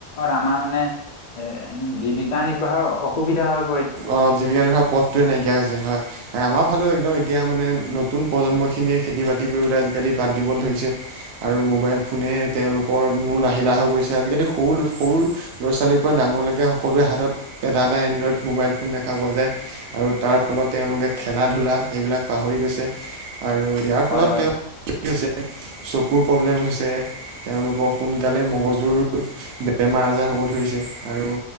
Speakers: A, on the left; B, on the right.
A: আমাৰ মানে এ জীৱিকা নিৰ্বাহৰ অসুবিধা হয়।
B: অ জীৱিকা নিৰ্বাহৰ পথটোৱে নাইকিয়া হৈছে হয় আমাৰ ফালে একদম এতিয়া মানে নতুন প্ৰজন্ম খিনিয়ে খেতি বাতি কৰিবলৈ আজিকালি বাদ দিব ধৰিছে। আৰু মোবাইল ফোনে তেওঁলোকৰ মুল আহিলাহ হৈ পৰিছে আজিকালি সৰু সৰু ল'ৰা ছোৱালীৰ পৰা ডাঙৰলৈকে সকলোৱৰে হাতত এটা এটা এনড্ৰইড মোবাইল ফোন দেখা পোৱা যায় আৰু তাৰ ফলত তেওঁলোকে খেলা ধূলা সেইবিলাক পাহৰি গৈছে। আৰু ইয়াৰ ফলত
A: হয় হয়
B: তেওঁ <unintelligible> হৈছে চকুৰ প্ৰব্লেম হৈছে। তেওঁলোকৰ সোনকালে মগজুৰ বেমাৰ আজাৰ হব ধৰিছে। আৰু